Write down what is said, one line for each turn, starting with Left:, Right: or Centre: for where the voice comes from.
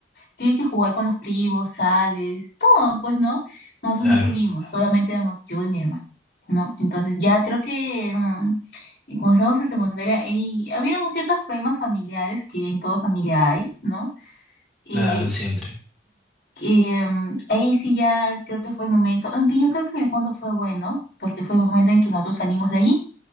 Left: tiene que jugar con los primos, sales, todo, pues, ¿no? Nosotros
Centre: Claro,
Left: no tuvimos, solamente éramos yo y mi hermana, ¿no? Entonces ya creo que mm, Y cuando estábamos en secundaria, y habían ciertos problemas familiares que en toda familia hay, ¿no? Y,
Centre: claro, siempre.
Left: y, em, ahí sí ya creo que fue el momento, aunque yo creo que en el fondo fue bueno, porque fue el momento en que nosotros salimos de allí,